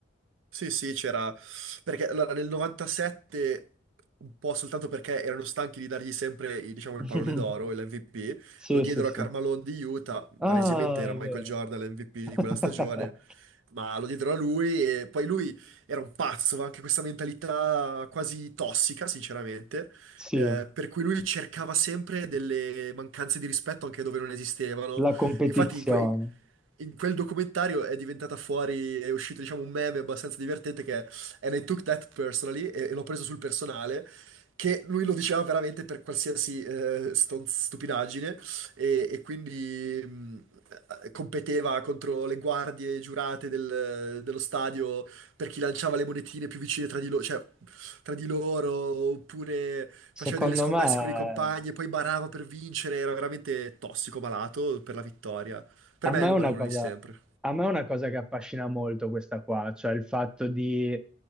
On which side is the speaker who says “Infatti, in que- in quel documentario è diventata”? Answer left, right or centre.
Right